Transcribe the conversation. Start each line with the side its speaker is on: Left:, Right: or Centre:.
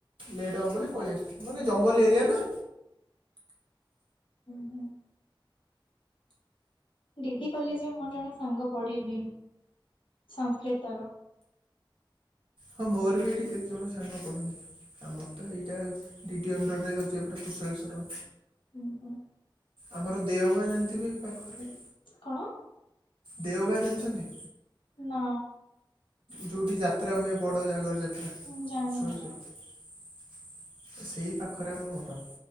Right: ଲେଟ୍ ହବ ବୋଲି ପଳେଇଆସଛୁ ମାନେ ଜଙ୍ଗଲ ଏରିଆ ନା।
Left: ହୁଁ ହୁଁ। ଡିଡି କଲେଜରେ ମୁଁ ଜଣେ ସାଙ୍ଗ ପଢିବି ସଂସ୍କୃତର।
Right: ହଁ ମୋର ବି ଏଇଠି କେତେଜଣ ସାଙ୍ଗ ପଡ଼ନ୍ତି। ଆମର ତ ଏଇଟା ଡି ଡି ଅଣ୍ଡରରେ ଯାଉଛି ଏପଟେ କୁଶଳେଶ୍ୱର।
Left: ହୁଁ ହୁଁ।
Right: ଆମର ଦେଓଗାଁ ଜାଣିଥିବେ ପାଖରେ
Left: କଣ?
Right: ଦେଓଗାଁ ଜାଣିଛନ୍ତି?
Left: ନା।
Right: ଯେଉଁଠି ଯାତ୍ରା ହୁଏ ବଡ଼ ଜାଗର ଯାତ୍ରା କୁଶୁଳେଶ୍ୱଵର।
Left: ମୁଁ ଜାଣିନି
Right: ସେଇ ପାଖରେ ଆମ ଘର